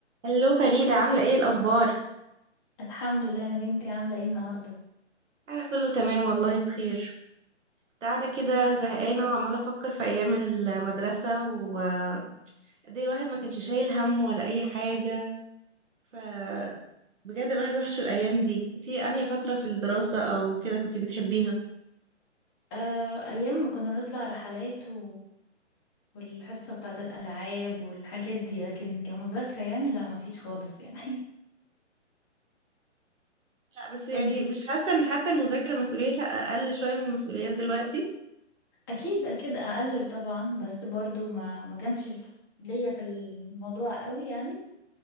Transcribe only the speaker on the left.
الحمد لله يا نادين انتي عاملة ايه النهاردة؟
آه، أيام ما كنا بنطلع رحلات و... والحصة بتاعة الألعاب والحاجات دي لكن كمذاكرة يعني لا ما فيش خالص يعني
<laughs> وانتي؟
أكيد أكيد أقل طبعا بس برضو ما ما كانش الف- ليا في الموضوع قوي يعني